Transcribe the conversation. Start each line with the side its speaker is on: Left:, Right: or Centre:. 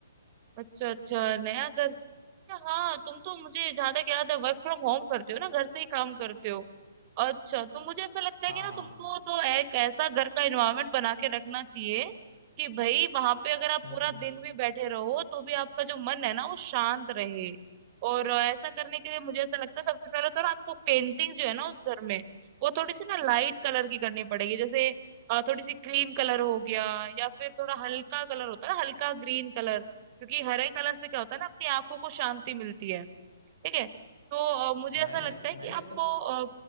Right: अच्छा अच्छा नया घर अच्छा हाँ तुम तो मुझे जहां तक याद है वर्क फ्रॉम होम करते हो ना घर से ही काम करते हो अच्छा तो मुझे ऐसा लगता
Left: हाँ
Right: है कि ना
Left: हाँ
Right: तुमको तो एक ऐसा घर का एनवायरनमेंट बना के रखना चाहिए कि भाई वहां पे अगर आप
Left: हम्म
Right: पूरा
Left: हम्म
Right: दिन भी बैठे रहो तो भी आपका जो मन है ना वो शांत रहे और अ, ऐसा करने के लिए मुझे ऐसा लगता है सबसे पहले तो ना आपको पेंटिंग जो है ना उस घर में वो थोड़ी सी ना लाइट कलर की करनी पड़ेगी जैसे अ, थोड़ी सी क्रीम कलर हो गया या फिर थोड़ा हल्का कलर होता है ना हल्का ग्रीन कलर क्योंकि हरे कलर से क्या होता है ना अपनी आंखों को शांति मिलती है ठीक है तो अ, मुझे
Left: मैंने
Right: ऐसा लगता है कि
Left: मैंने
Right: आपको
Left: तो
Right: अ,